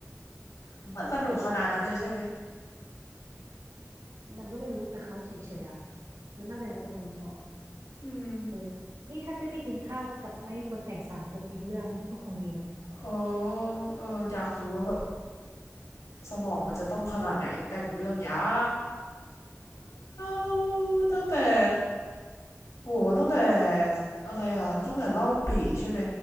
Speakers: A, on the left (about 75°); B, on the right (about 85°).
A: ๆ <laughs>
B: อืม
A: มันสนุกขนาดนั้นเลยใช่ไหม
B: มันก็ไม่รู้แต่เขาเฉยๆอ่ะมันน่าจะแล้วแต่คนชอบ
A: อืม
B: เออนี่ถ้าได้ไปกินข้าวกับไอ้คนแต่งสามก๊กอีกเรื่องก็คงดีเนาะ
A: โอ้เอออยากรู้ว่าแบบสมองมันจะต้องขนาดไหนแต่งเรื่องยาวตั้งแต่โหตั้งแต่อะไรอ่ะตั้งแต่เล่าปีใช่ไหม